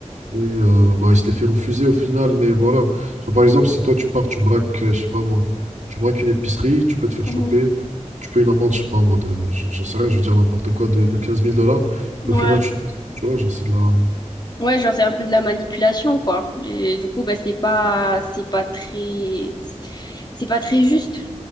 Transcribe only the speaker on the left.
ouais.
Mhm.
Ouais.
Ouais, genre c'est un peu de la manipulation, quoi. Et du coup, bah, c'est pas, c'est pas très, c'est pas très juste.